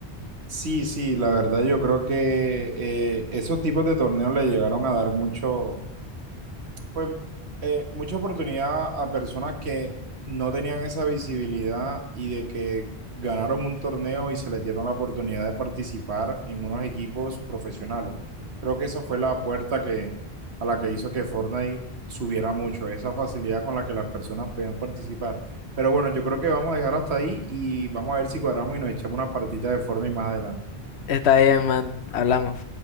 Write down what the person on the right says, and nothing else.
Sí, sí, la verdad yo creo que eh, esos tipos de torneos le llegaron a dar mucho, Pues eh, mucha oportunidad a personas que no tenían esa visibilidad y de que ganaron un torneo y se les dieron la oportunidad de participar en unos equipos profesionales. Creo que esa fue la puerta que, a la que hizo que Fortnite subiera mucho, esa facilidad con la que las personas podían participar. Pero bueno, yo creo que vamos a dejar hasta ahí y vamos a ver si cuadramos y nos echamos una partita de Fortnite más adelante.